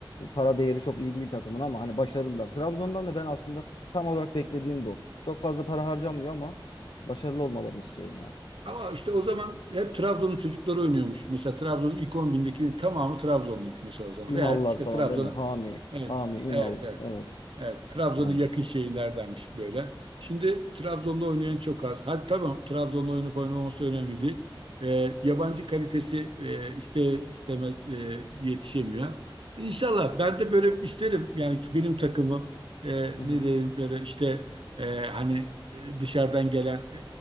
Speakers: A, on the left; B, on the right.
A: Para değeri çok iyi değil takımın ama hani başarılılar. Trabzon'dan da ben aslında tam olarak beklediğim bu. Çok fazla para harcanmıyor ama başarılı olmalarını istiyorum yani.
B: Ama işte o zaman hep Trabzon'un çocukları oynuyormuş. Mesela Trabzon'un ilk on bindekinin tamamı Trabzonluymuş mesela o zaman.
A: Ünallar
B: Veya işte
A: falan
B: Trabzon'a
A: değil mi? Hami,
B: Evet,
A: Hami, Ünal.
B: evet, evet.
A: Evet,
B: Evet, Trabzon'a
A: evet.
B: yakın şehirlerdenmiş böyle. Şimdi Trabzon'da oynayan çok az. Hadi tamam, Trabzon'da oynayıp oynamaması önemli değil. Ee, yabancı kalitesi e, iste istemez e, yetişemiyor. İnşallah ben de böyle isterim. Yani ki benim takımım e,
A: Hı hı,
B: ne diyeyim böyle işte e, hani e, dışarıdan gelen e,